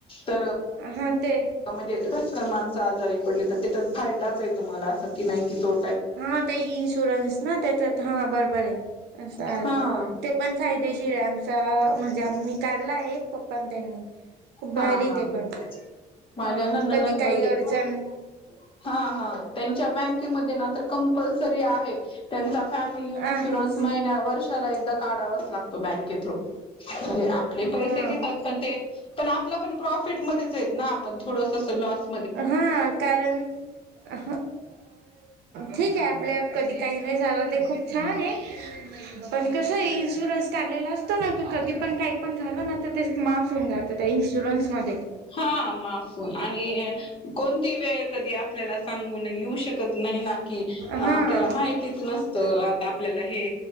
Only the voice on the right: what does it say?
हा ते
हा ते इन्शुरन्स ना त्याच्यात हा बरोबर आहे असं आहे
ते पण फायदेशीर आहे आमचा. म्हणजे आ् मी काढला आहे एक पप्पा त्यांनी. खूप भारी
ते पण
हा
कधी काही
अडचण
आहेच
हा
हा कारण अ ठीक आहे आपल्या कधी काही नाही झालं ते खूप छान आहे, पण कस आहे इन्शुरन्स काढलेला असतो ना की कधी पण काही पण झाल ना तर ते माफ फन जात त्या इन्शुरन्समध्येध्ये
हा